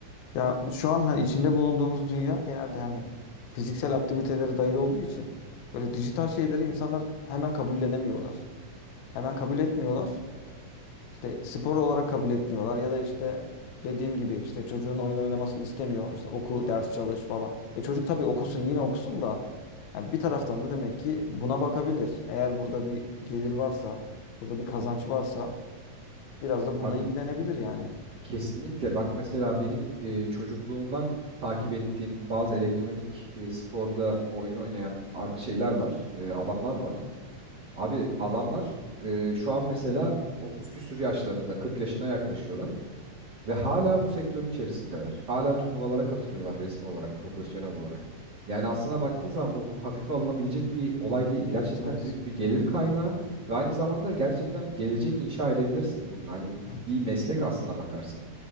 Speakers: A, on the left; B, on the right.
A: Ya şu an hani içinde bulunduğumuz dünya genelde hani fiziksel aktivitelere dayalı olduğu için böyle dijital şeyleri insanlar hemen kabullenemiyorlar. Hemen kabul etmiyorlar. İşte spor olarak kabul etmiyorlar ya da işte dediğim gibi işte çocuğun oyun oynamasını istemiyor. İşte oku, ders çalış falan. E çocuk tabii okusun yine okusun da yani bir taraftan da demek ki buna bakabilir. Eğer burada bir gelir varsa, burada bir kazanç varsa biraz da bununla
B: Abi
A: ilgilenebilir yani.
B: kesinlikle bak mesela benim e, çocukluğumdan takip ettiğim bazı elektronik e, sporda oyun oynayan ark şeyler var, e, adamlar var. Abi adamlar e, şu an mesela 30 küsür yaşlarında, 40 yaşına yaklaşıyorlar. Ve hala bu sektörün içerisindeler. Hala turnuvalara katılıyorlar resmi olarak, profesyonel olarak. Yani aslına baktığın zaman bu hafife alınabilecek bir olay değil. Gerçekten
A: Evet, evet.
B: büyük bir gelir kaynağı ve aynı zamanda gerçekten bir gelecek inşa edebilirsin bununla. Hani
A: Evet.
B: bir meslek aslına bakarsan.